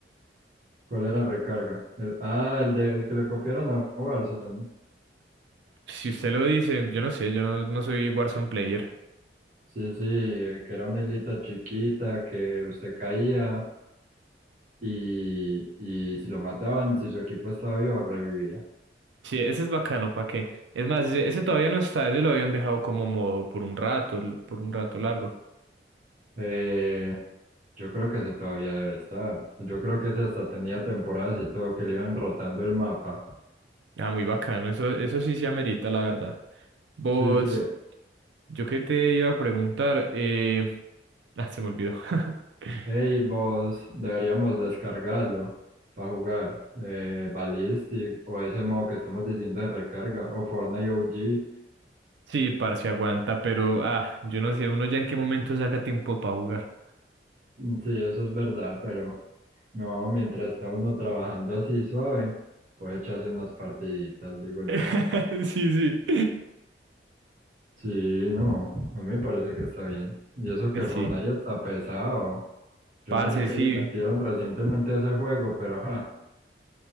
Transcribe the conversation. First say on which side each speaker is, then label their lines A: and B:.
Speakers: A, on the right; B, on the right.
A: ¿Cuál era recarga? El- ah, el de, el que le copiaron a Warzone.
B: Si usted lo dice, yo no sé, yo no no soy Warzone player.
A: Sí, sí, eh, que era una islita chiquita que usted caía y, y si lo mataban, si su equipo estaba vivo, revivía.
B: Sí, ese es bacano, ¿para qué? Es más, ese, ese todavía no está, ese lo habían dejado como modo por un rato, l- por un rato largo.
A: Eh, Yo creo que ese todavía debe estar. Yo creo que ese hasta tenía temporadas y todo que le iban rotando el mapa.
B: Ah, muy bacano, eso, eso sí se amerita, la verdad. Vos,
A: Sí, sí.
B: yo qué te iba a preguntar, eh... Ah, se me olvidó. <laughs>
A: Hey, vos, deberíamos descargarlo para jugar. Eh, Ballistic o ese modo que estamos diciendo de recarga o Fortnite OG.
B: Sí, parce, aguanta, pero, ah, yo no sé, uno ya en qué momento saca tiempo para jugar.
A: Mm, Sí, eso es verdad, pero no, mientras está uno trabajando así suave, puede echarse unas partiditas, digo yo.
B: <laughs> Sí, sí.
A: Sí, no, a mí me parece que está bien. Y eso que
B: Eh, Sí,
A: Fortnite está pesado. Yo
B: parce,
A: no sé qué
B: sí.
A: le metieron recientemente a ese juego, pero ajá.